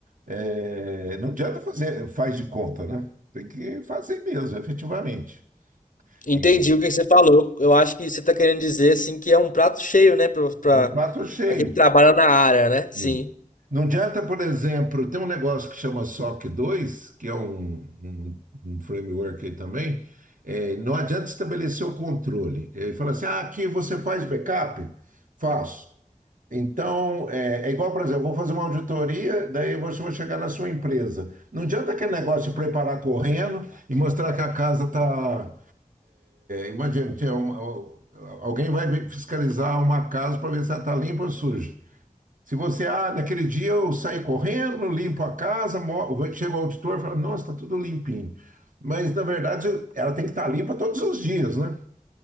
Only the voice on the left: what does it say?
entendi
o que você falou. Eu, eu acho que você tá querendo dizer, assim, que é um prato cheio, né? Pra, pra,
pra quem trabalha na área, né? Sim.